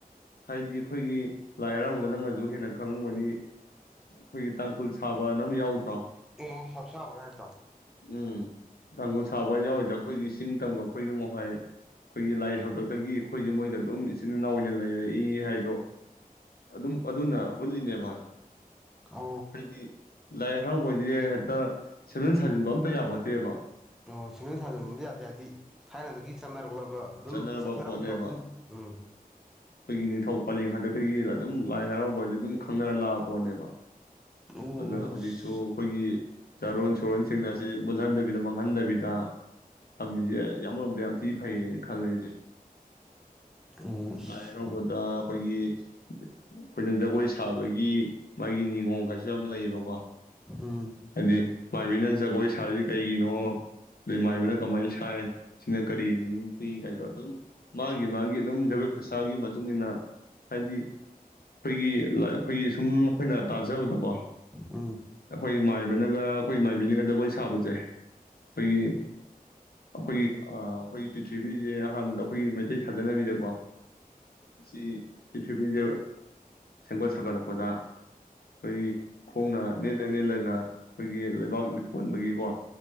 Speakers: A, on the left; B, in the centre.
A: ꯍꯥꯏꯗꯤ ꯑꯩꯈꯣꯏꯒꯤ ꯂꯥꯏ ꯍꯔꯥꯎꯕꯗ ꯅꯪꯅꯁꯨ ꯍꯦꯟꯅ ꯈꯪꯉꯕꯅꯤ ꯑꯩꯈꯣꯏꯒꯤ ꯇꯥꯡꯈꯨꯜ ꯁꯥꯕꯅꯝ ꯌꯥꯎꯗ꯭ꯔꯣ
B: ꯎ ꯍꯞꯁꯥꯕ ꯀꯥꯏ ꯍꯥꯏꯗꯣ
A: ꯎꯝ ꯒꯣꯟ ꯁꯕꯩꯅꯦ ꯋꯥꯋꯥꯏꯗꯎ ꯑꯩꯈꯣꯏꯒꯤ ꯆꯤꯡ ꯇꯝꯒ ꯑꯩꯈꯣꯏꯒ ꯉꯍꯥꯏ ꯑꯩꯈꯣꯏꯒꯤ ꯂꯥꯏ ꯍꯗꯛꯇꯒꯤ ꯑꯩꯈꯣꯏꯁꯦ ꯃꯣꯏꯒ ꯑꯗꯨꯝ ꯏꯆꯤꯟ ꯏꯅꯥꯎꯏ ꯑꯣꯏꯅ ꯂꯩꯔꯛꯏ ꯍꯥꯏꯗꯣ ꯑꯗꯨꯝ ꯑꯗꯨꯅ ꯎꯠꯂꯤꯅꯦꯕ
B: ꯑ
A: ꯍꯥꯏꯗꯤ ꯂꯥꯏ ꯍꯔꯥꯎꯕ <unintelligible> ꯑ ꯁꯦꯝꯖꯤꯟ ꯁꯥꯖꯤꯟꯕ ꯑꯝꯇ ꯌꯥꯄꯣꯠꯇꯦꯕ
B: ꯑꯣ ꯁꯦꯝꯖꯤꯟ ꯁꯥꯖꯤꯟꯕꯝꯗꯤ ꯌꯥꯗꯦ ꯍꯥꯏꯕꯗꯤ ꯊꯥꯏꯅꯗꯒꯤ ꯆꯠꯅꯔꯛꯂꯕ ꯑꯗꯨꯝ
A: ꯆꯠꯅꯔꯕ
B: ꯆꯠꯊꯔꯛꯄꯗꯣ
A: ꯄꯣꯠꯅꯦꯕ
B: ꯑꯗꯨꯝ ꯎꯝ
A: ꯑꯩꯈꯣꯏꯒꯤ ꯅꯤꯡꯊꯧ ꯄꯂꯦꯝ ꯈꯥꯛꯛꯇꯒꯤ ꯑꯗꯨꯝ ꯂꯥꯏ ꯍꯔꯥꯎꯕ ꯍꯥꯏꯗꯤ ꯑꯗꯨꯝ ꯈꯪꯅꯔ ꯂꯥꯛꯑ ꯄꯣꯠꯅꯦꯕ
B: ꯑꯣ
A: ꯑꯗꯨꯅ ꯍꯧꯖꯤꯛꯁꯨ
B: ꯑꯁ
A: ꯑꯩꯈꯣꯏꯒꯤ ꯆꯥꯔꯣꯟ ꯁꯨꯔꯣꯟꯁꯤꯡ ꯑꯁꯤ ꯃꯨꯜꯍꯟꯗꯕꯤꯗ ꯃꯥꯡꯍꯟꯗꯕꯤꯗ ꯊꯝꯃꯤꯁꯦ ꯌꯥꯝ ꯑꯃꯔꯣꯝꯗ ꯌꯥꯝ ꯊꯤ ꯐꯩꯌꯦ ꯈꯜ ꯂꯩꯔꯤꯦ
B: ꯑꯣ ꯑꯁ
A: ꯂꯥꯏ ꯍꯔꯥꯎꯧꯕꯗ ꯑꯩꯈꯣꯏꯒꯤ ꯑꯩꯈꯣꯏꯅ ꯖꯒꯣꯏ ꯁꯥꯕ ꯑꯗꯒꯤ ꯃꯥꯒꯤ ꯅꯤꯉꯣꯝ ꯀꯩꯁꯨ ꯌꯥꯝ ꯂꯩꯌꯦꯕꯀꯣ
B: ꯎꯝ
A: ꯍꯥꯏꯗꯤ ꯃꯥꯏꯕꯤꯅ ꯖꯒꯣꯏ ꯁꯥꯔꯤ ꯀꯩꯒꯤꯅꯣ ꯑꯗꯩ ꯃꯥꯏꯕꯅ ꯀꯃꯥꯏꯅ ꯁꯥꯏ ꯁꯤꯅ ꯀꯔꯤ ꯃꯤꯅꯤꯡ ꯄꯤ ꯀꯥꯏꯗꯣ ꯑꯗꯨꯝ ꯃꯥꯒꯤ ꯃꯥꯒꯤ ꯑꯗꯨꯝ ꯖꯒꯣꯏ ꯈꯨꯠꯁꯥ ꯑꯗꯨꯒꯤ ꯃꯇꯨꯡ ꯏ ꯃꯇꯨꯡꯏꯟꯅ ꯍꯥꯏꯗꯤ ꯑꯩꯈꯣꯏꯒꯤ ꯑꯩꯈꯣꯏꯒꯤ ꯁꯨꯝ ꯑꯩꯈꯣꯏꯅ ꯇꯥꯖ ꯆꯥꯖꯕꯗꯀꯣ
B: ꯎꯝ ꯎꯝ
A: ꯑꯩꯈꯣꯏ ꯃꯥꯏꯕꯅꯒ ꯑꯩꯈꯣꯏ ꯏ ꯃꯥꯏꯕꯤꯅꯒ ꯖꯒꯣꯏ ꯁꯥꯕꯁꯦ ꯑꯩꯈꯣꯏꯒꯤ ꯑꯩꯈꯣꯏꯒꯤ ꯑ ꯍꯣꯏ ꯄ꯭ꯔꯤꯊꯤꯕꯤꯁꯦ ꯑꯍꯥꯟꯕꯗ ꯑꯩꯈꯣꯏꯒꯤ ꯃꯩꯇꯩ ꯊꯥꯖꯅꯕꯤꯗꯀꯣ ꯁꯤ ꯄ꯭ꯤꯔꯤꯊꯤꯕꯤꯁꯦ ꯁꯦꯝꯒꯠ ꯁꯥꯒꯠꯂꯛꯄꯗ ꯑꯩꯈꯣꯏꯒꯤ ꯈꯣꯡꯅ ꯅꯦꯟꯅ ꯅꯦꯂꯒ ꯑꯩꯈꯣꯏꯒꯤ ꯂꯩꯕꯥꯛ ꯂꯩꯊꯣꯛꯍꯟꯕꯒꯤꯀꯣ